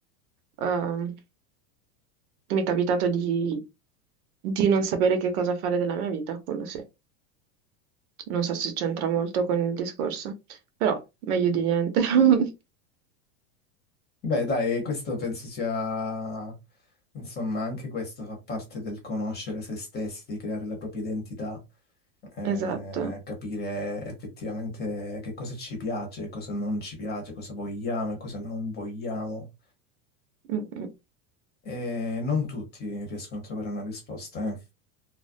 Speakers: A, on the right (about 75°); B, on the left (about 20°).
A: ehm, mi è capitato di, di non sapere che cosa fare della mia vita, quello sì. Non so se c'entra molto con il discorso, però meglio di niente. <laughs>
B: Beh, dai, questo penso sia... Insomma, anche questo fa parte del conoscere se stessi, di creare la propria identità, eh,
A: Esatto.
B: capire effettivamente che cosa ci piace, cosa non ci piace, cosa vogliamo e cosa non vogliamo.
A: Mm, mm.
B: E non tutti riescono a trovare una risposta, eh.